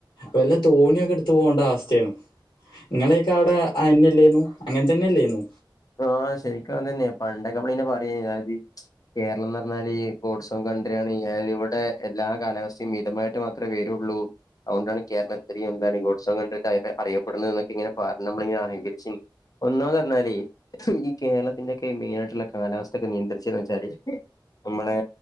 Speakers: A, on the left; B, on the left.
A: വല്ല തോണിയൊക്കെട്ത്ത് പോണ്ട അവസ്തേണ് ങ്ങളേയൊക്ക അവ്ടെ അഅന്നെല്ലേന്നു അങ്ങൻ തന്നല്ലേന്നു
B: ആ ശരിക്കും അതന്നെ പണ്ടക്ക പ്ലൈന് പറീനിം അത് കേരളംന്നർ ഞ്ഞാല് ഈ ഗോഡ്സ് കോം കണ്ട്രിയാണ് ഏത് വടെ എല്ലാ കാലാവസ്തിം മിതമായിട്ട് മാത്രേ വരുള്ളൂ അതോണ്ടാണ് കേരളത്ത്റിം എന്താണ് ഗോഡ്സോൻകൺഡ്രി ഒക്കെ ആയിട്ട് അറിയപ്പെടുന്നന്ന്ക്കൊ ഇങ്ങനെ പർഞ്ഞ്മ്മള്ങ്ങനെ അഹങ്കരിച്ചിനി ഒന്നാമതർഞ്ഞാലേ ഹും ഈ കേരളത്തിന്റെക്കെ മെയിനായിട്ട്ള്ള കാലാവസ്ഥക്കെ നിയന്ത്രിച്ചീന്നെച്ചാല് നമ്മളെ